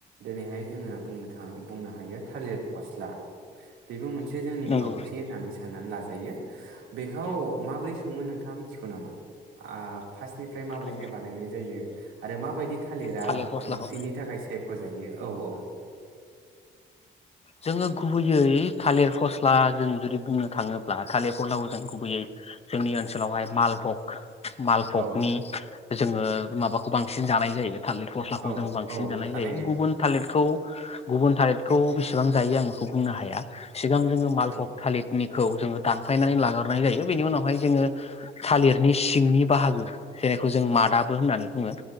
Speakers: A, on the right; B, on the left.
A: दिनैहाय जोङो बुंनो थाङो बुंनो हायो थालिर फस्ला बेबो मोन से जोंनि
B: नंगौ
A: ओंख्रि होननानै साननानै ला जायो बेखौ माबोरै सङो नोंथाङा मिथिगौ नामा आ फास्टनिफ्राय माबोरैहाय
B: औ
A: बानायनाय जायो आरो माबायदि थालिरा
B: थालिर फस्लाखौ
A: ओंख्रिनि थाखाय साइ फोजायो औ औ।
B: जोङो गुबैयै थालिर फस्ला जों जुदि बुंनो थाङोब्ला थालिर फस्लाखौ जों गुबैयै जोंनि ओनसोलावहाय मालभग मालभगनि
A: औ
B: जोङो माबाखौ बांसिन जानाय जायो। थालिर फस्लाखौ
A: औ
B: जों बांसिन
A: औ
B: जानाय
A: थारैनो
B: जायो गुबुन थालिरखौ गुबुन थालिरखौ बिसे बां जायो आं बेखौ बुंनो हाया। सिगां जोङो मालभग
A: औ
B: थालिरनि खौ जोङो दानफायनानै लाग्रोनाय जायो बेनि उनावहाय जोङो थालिरनि सिंनि बाहागो <unintelligible> जों मादाबो होननानै बुङो